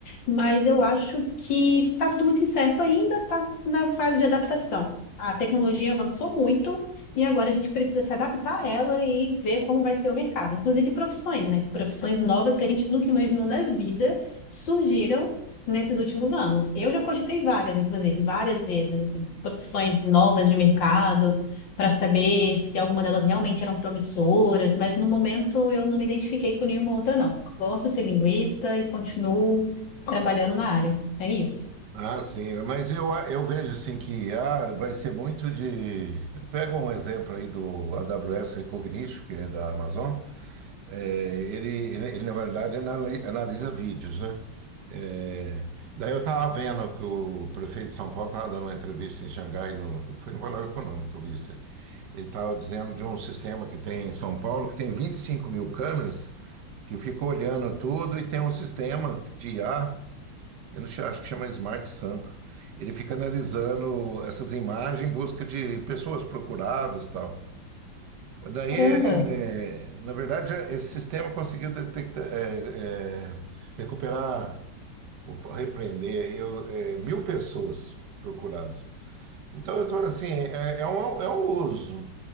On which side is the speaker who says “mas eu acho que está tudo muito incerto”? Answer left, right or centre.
Left